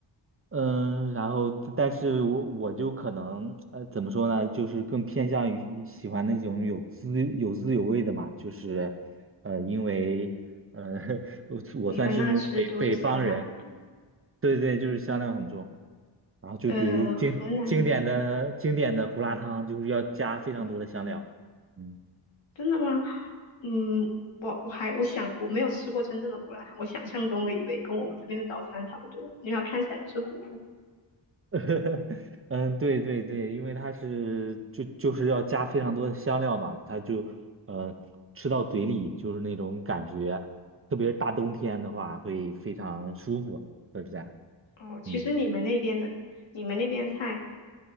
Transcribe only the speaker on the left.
你们那吃都是香料很多。
呃，河南，嗯
嗯，
真的吗？嗯，我我还我想我没有吃过真正的胡辣汤，我想象中的以为跟我们这边的早餐差不多，因为它看起来就是糊糊。
哦，其实你们那边的你们那边的菜，